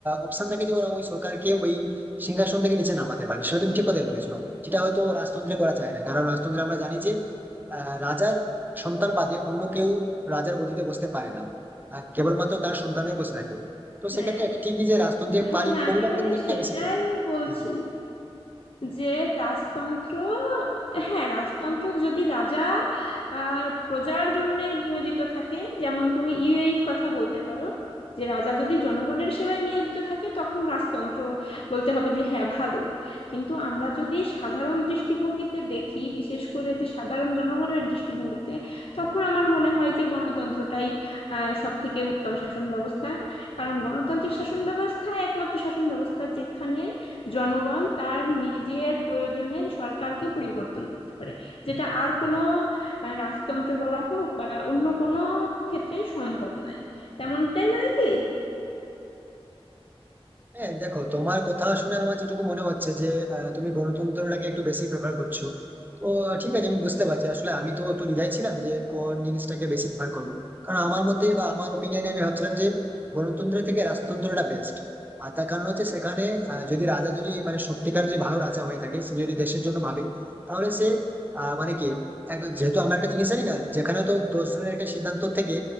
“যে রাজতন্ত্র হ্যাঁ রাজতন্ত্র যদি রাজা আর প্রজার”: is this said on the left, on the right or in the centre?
Left